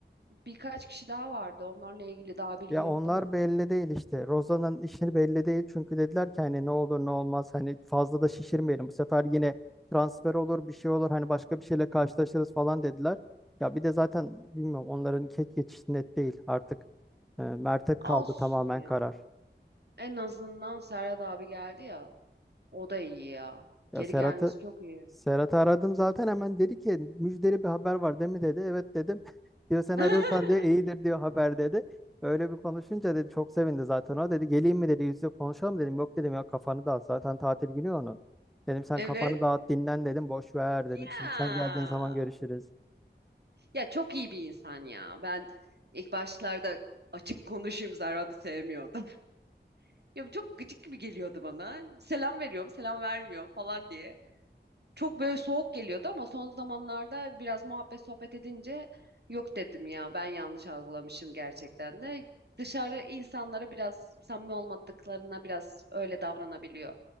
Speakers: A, on the right (about 60°); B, in the centre.
A: birkaç kişi daha vardı. Onlarla ilgili daha bilgi
B: Ya
A: yok
B: onlar
A: değil mi?
B: belli değil işte. Rozan'ın işi belli değil. Çünkü dediler ki hani ne olur ne olmaz hani fazla da şişirmeyelim. Bu sefer yine transfer olur bir şey olur hani başka bir şeyle karşılaşırız falan dediler. Ya bir de zaten bilmiyorum onların ket geçişi net değil artık. E, Mert'e kaldı
A: Olsun
B: tamamen
A: ya.
B: karar.
A: En azından Serhat abi geldi ya. O da iyi ya.
B: Ya
A: Geri
B: Serhat'ı
A: gelmesi çok iyi.
B: Serhat'ı aradım zaten hemen dedi ki müjdeli bir haber var değil mi dedi. Evet dedim. <laughs> Diyor sen
A: <laughs>
B: arıyorsan diyor iyidir diyor haber dedi. Öyle bir konuşunca dedi çok sevindi zaten o dedi geleyim mi dedi yüz yüze konuşalım dedim. Yok dedim ya kafanı dağıt zaten tatil günü ya onun. Dedim sen
A: Evet.
B: kafanı dağıt dinlen dedim boş ver dedim.
A: Ya.
B: Şimdi sen geldiğin zaman görüşürüz.
A: Ya çok iyi bir insan ya. Ben ilk başlarda açık konuşayım Serhat'ı sevmiyordum. <laughs> Ya bu çok gıcık gibi geliyordu bana. Selam veriyorum, selam vermiyor falan diye. Çok böyle soğuk geliyordu ama son zamanlarda biraz muhabbet sohbet edince yok dedim ya. Ben yanlış algılamışım gerçekten de. Dışarı insanlara biraz samimi olmadıklarına biraz öyle davranabiliyor.